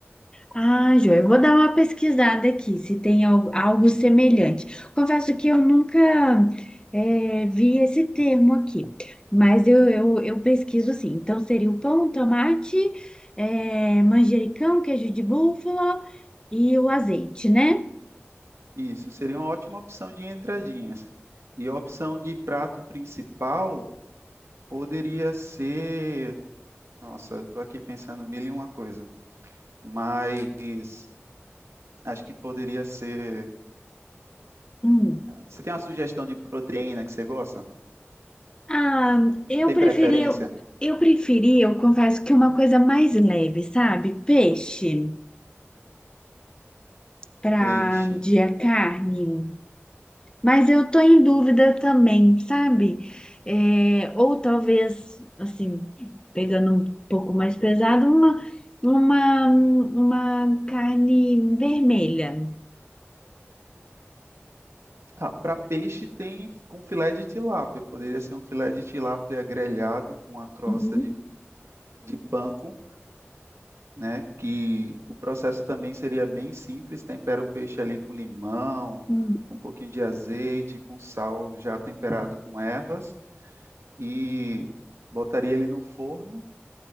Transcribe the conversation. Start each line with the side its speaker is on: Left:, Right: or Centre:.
Left: Ah, Jô, eu vou dar uma pesquisada aqui, se tem algo, algo semelhante. Confesso que eu nunca eh, vi esse termo aqui, mas eu, eu, eu pesquiso sim. Então, seria o pão, tomate, eh, manjericão, queijo de búfala e o azeite, né?
Right: Isso seria uma ótima opção de entradinhas. E a opção de prato principal poderia ser. Nossa, eu tô aqui pensando mil e uma coisa. Mas acho que poderia ser.
Left: Hum.
Right: Você tem uma sugestão de proteína que você gosta?
Left: Ah, eu
Right: Você tem
Left: preferi,
Right: preferência?
Left: eu preferi, eu confesso que uma coisa mais leve, sabe? Peixe para
Right: Peixe.
Left: dia carne. um Mas eu tô em dúvida também, sabe? É, ou talvez, assim, pegando um pouco mais pesado, uma, uma, uma carne vermelha.
Right: Ah, para peixe tem com filé de tilápia. Poderia ser um filé de tilápia grelhado com a crosta
Left: Uhum.
Right: de, de panko, né? Que o processo também seria bem simples. Tempera o peixe ali com limão,
Left: Hum.
Right: com um pouquinho de azeite, com sal já temperado com ervas e botaria ele no forno,